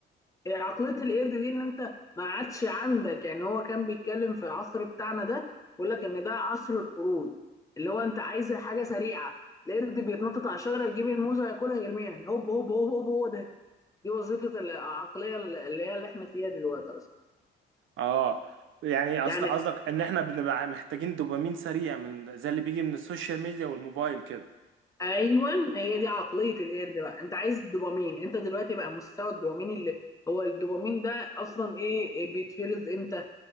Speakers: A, on the left; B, on the right.
A: إيه عقليه القرد دي ان انت ما عادش عندك يعني هو كان بيتكلم في العصر بتاعنا ده بيقول لك ان ده عصر القرود اللي هو انت عايز حاجه سريعه القرد بيتنطط على الشجره يجيب الموزه ياكلها يرميها هوب هوب هوب هوب هو ده دي وظيفه العقليه اللي هي اللي احنا فيها دلوقتي اصلا
B: اه يعني قصد
A: يعني
B: قصدك ان احنا بنبقى محتاجين دوبامين سريع من زي اللي بيجي من السوشيال ميديا والموبايل كده
A: ايوه هي دي عقليه القرد بقى انت عايز الدوبامين انت دلوقتي بقى مستوى الدوبامين اللي هو الدوبامين ده اصلا ايه إيه بيتفرز امتى